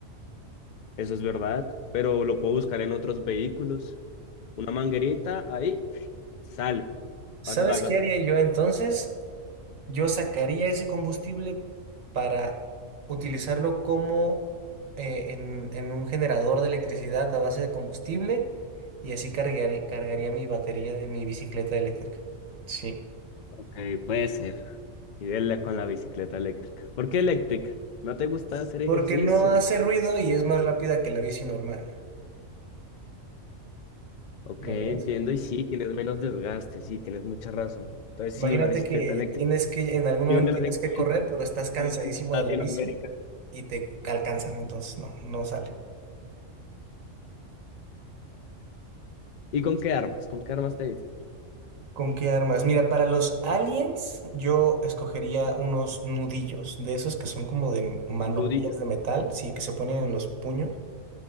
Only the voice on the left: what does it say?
Eso es verdad, pero lo puedo buscar en otros vehículos. Una manguerita, ahí <sniffs> sale,
paso de gasolina
Ok, puede ser. y dele con la bicicleta eléctrica. ¿Por qué eléctrica? ¿No te gusta hacer ejercicio?
Ok,
entiendo.
Y sí, tienes menos desgaste, sí, tienes mucha razón. Entonces,
sí, una bicicleta
eléctrica.
¿Y
dónde las
encuentras?
Estamos en Latinoamérica.
¿Y con qué armas? ¿Con qué armas te dicen?
Nudillo,